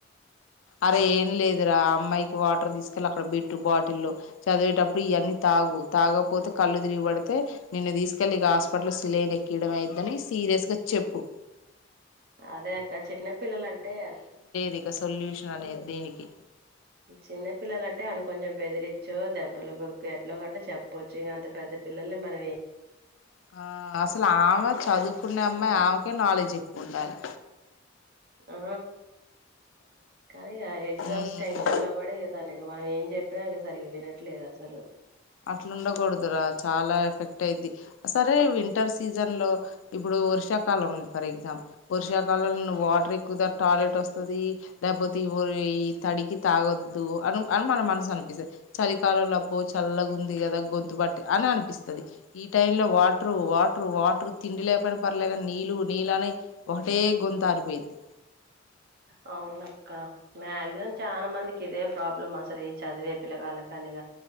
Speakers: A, on the left; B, on the right.
A: అరే ఏం లేదు రా ఆ అమ్మాయికి వాటర్ తీసుకెళ్లి అక్కడ పెట్టు బాటిల్లో చదివేటప్పుడు ఇవన్నీ తాగు తాగపోతే కళ్ళు తిరిగిబడితే నిన్న తీసుకెళ్లి ఇక హాస్పిటల్ సిలేన్ ఎక్కియడం అయిని సీరియస్ గా చెప్పు
B: అదే అక్క చిన్న పిల్లలంటే
A: దిక సొల్యూషన్ అనేది దీనికి
B: చిన్న పిల్లల అంటే అన కొంచెం బెదిరిచ్చు దెబ్బలు బొక్కు ఎట్లా కట్టో చెప్పచ్చు ఇంక అంత పెద్ద పిల్లలు మనమే
A: ఆ అసలు ఆమె చదువుకునే అమ్మాయి ఆమెకే నాలెడ్జ్ ఎక్కువ ఉండాలి
B: ఆ కానీ ఇక ఎగ్జామ్స్
A: ఉమ్
B: టెన్షన్ లో పడే కదాక మనం ఏం చెప్పినా ఇ సరి వినట్లేదు అ సాలు
A: అట్లుండకూడదురా చాలా ఎఫెక్ట్ అయిద్ది సరే వింటర్ సీజన్ లో ఇప్పుడు వర్షాకాలం ఉంది ఫర్ ఎగ్జాంపుల్ వర్షాకాలంలో వాటర్ ఎక్కువ టాయిలెట్ వస్తుంది లేకపోతే తడికి తాగొద్దు అ అని మన మనసు అనిపిస్తంది చలికాలంలో బ్బ చల్లగుంది కదా గొంతు బట్టి అని అనిపిస్తుంది ఈ టై లో వాటర్ వాటర్ వాటర్ తిండిలే పన పర్లేక నీళ్లు నీళ్ళ అని ఒకటే గొంత ఆరిపోయిద్ది
B: అ అవునక్క మాక్సిమం చాలా మందికి ఇదే ప్రాబ్లమ్ అసలు ఈ చదివే పిలగాల కాని